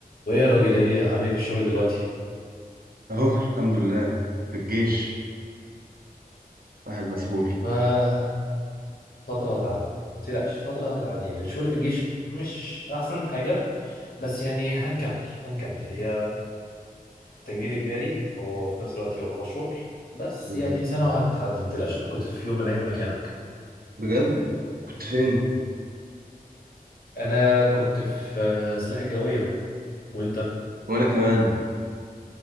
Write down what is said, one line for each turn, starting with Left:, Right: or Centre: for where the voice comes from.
Left: وايه يا راجل ايه عامل ايه في الشغل دلوقتي
Right: اهو الحمد لله في الجيش واحد مسحول
Left: ما فتره هتعدي يعني ما تقلقش فتره هتعدي يعني الشغل في الجيش مش احسن حاجه بس يعني هنكمل هنكمل هي تجنيد اجباري هو في نفس الوقت يعتبر شغل بس
Right: بالظبط
Left: يعني سنه وهتعدي ما تقلقش انا كنت في يوم من الايام مكانك
Right: بجد كنت فين
Left: انا كنت في آه، سلاح الجويه وانت
Right: وانا كمان